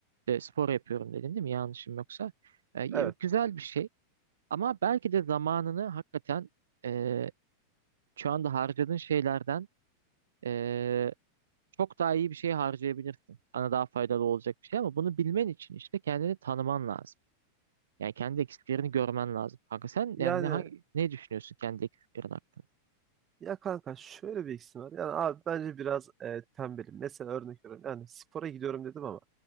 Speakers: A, on the right; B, on the right.
A: e, spor yapıyorum dedin değil mi? Yanlışım yoksa. E,
B: Evet.
A: güzel bir şey. Ama belki de zamanını hakikaten eee, şu anda harcadığın şeylerden eee, çok daha iyi bir şey harcayabilirsin. Sana daha faydalı olacak bir şey ama bunu bilmen için işte kendini tanıman lazım. Yani kendi eksiklerini görmen lazım. Kanka sen
B: Yani
A: yani ne, hangi- ne düşünüyorsun kendi eksiklerin hakkında?
B: Ya kanka şöyle bir eksim var. Yani abi bence biraz e, tembelim. Mesela örnek veriyorum. Yani spora gidiyorum dedim ama